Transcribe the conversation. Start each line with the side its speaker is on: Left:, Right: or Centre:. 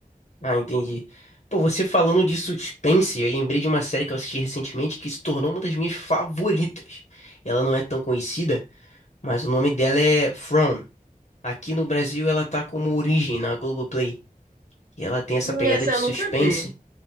Left: Ah, entendi. Pô, você falando de suspense, eu lembrei de uma série que eu assisti recentemente que se tornou uma das minhas favoritas. Ela não é tão conhecida, mas o nome dela é From. Aqui no Brasil ela tá como Origem na Globoplay. E ela tem essa
Right: Hum,
Left: pegada
Right: Essa
Left: de
Right: eu
Left: suspense
Right: nunca vi.